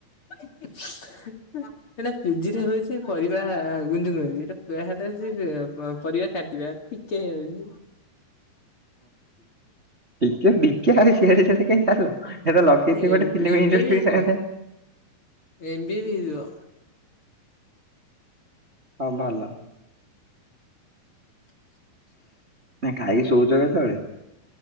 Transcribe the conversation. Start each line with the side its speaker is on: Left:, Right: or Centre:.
Left: ଇଛ୍ ଏଟା ପି ଜି ରେ ହଉଛି କରିବା ଗୁଞ୍ଜୁ ଗୁଞ୍ଜୁ ଏଟା ପିହାଟେ ଜି ପ ପରିବା କାଟିବା। ଇକେ ରହିଯି
Right: ଟିକେ ଡିକେ ଆରେ ସିଆଡ଼େ ସିଆଡ଼େ କାଇଁ ତାଲ? ହେଟା ଲଗେଇଥି
Left: ଏମ
Right: ଗୋଟେ
Left: ବି
Right: ଫିଲ୍ମ
Left: ଏ
Right: ଇଣ୍ଡଷ୍ଟ୍ରି
Left: ବି ହେଇଯିବ।
Right: ସାଙ୍ଗରେ।
Left: ଏମ ବି ଏ ବି ହେଇଯିବ
Right: ହଁ ଭଲ।
Left: <inaudible>
Right: ନାଇଁ ଖାଇ ଶୋଉଚ କେତୋଳେ?